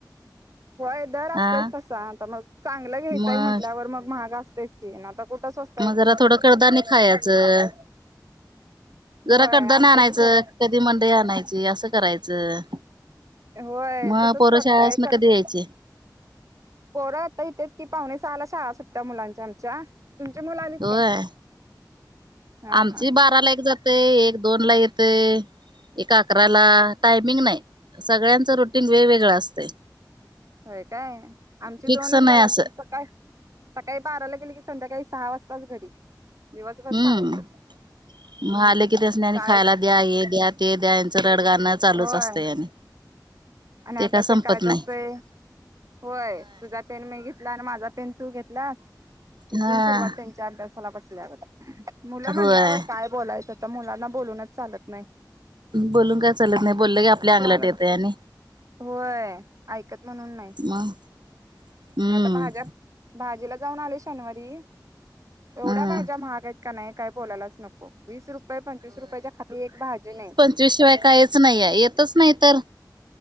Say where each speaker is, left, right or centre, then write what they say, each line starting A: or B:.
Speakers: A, on the right (about 45°); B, on the right (about 90°).
A: होय, दर असतच
B: हा
A: तसा. आता मग, चांगलं घ्यायचंय
B: मग
A: म्हटल्यावर, मग महाग असतयच. ती. आता कुठं स्वस
B: मग जरा थोडं, कडधान्य खाया चं.
A: होय
B: जरा कडधान्य
A: आणतोय
B: आणायचं.
A: की थोडं
B: कधी मंडई आणायची. असं करायचं.
A: होय.
B: मग
A: तसच
B: पोरं
A: करतोय.
B: शाळासन
A: कर
B: कधी यायची
A: पोरं आता येतेत कि, पावणे सहाला शाळा सुट्टत्याय, मुलांच्या आमच्या. तुमच्या मुला आलेत
B: होय.
A: काय? हा,
B: आमची
A: हा.
B: बाराला एक जात य. एक दोनला येतय. एका अकराला. टायमिंग नाही. सगळ्यांचं रुटीन वेगवेगळ असतय.
A: होय काय? आमची
B: फिक्स
A: दोनच
B: नाही
A: बघा.
B: असं
A: तसं काय सकाळी बाराला गेले की, संध्याकाळी सहा वाजताच घरी. दिवसभर
B: हम्म.
A: शाळेतच.
B: मग
A: हम्म.
B: आले की त्यासनी आणि
A: शाळेत
B: खायला द्या. ये द्या, ते द्या. यांचं रडगाणं चालूच
A: होय
B: असतंय, आणि.
A: आणि
B: ते
A: अभ्यास
B: काय संपत
A: एक करायचा
B: नाही
A: असतोय. होय, तुझा पेन मी घेत ला अन् माझा पेन तू घेतला. तिथून
B: हा
A: सुरुवात त्यांच्या अभ्यासाला बसल्यावर. मुलं म्हणल्यावर
B: होय.
A: काय, बोलायचं? तर मुलांना बोलूनच चालत नाही
B: बोलून काय, चलत नाही. बोललं की, आपल्या अंगलट
A: चालत
B: येतय, आणि.
A: होय. ऐकत म्हणून नाही.
B: मग? हम्म
A: नाही. आता भाज्या, भाजीला जाऊन आले शनिवारी. एवढ्या,
B: हम्
A: भाज्या महागयत का नाही, काय बोलायलाच नको? वीस रुपये- पंचवीस रुपयाच्या खाली एक भाजी नाही.
B: त्याशिवाय काहीच नाहीय. येतच नाही तर.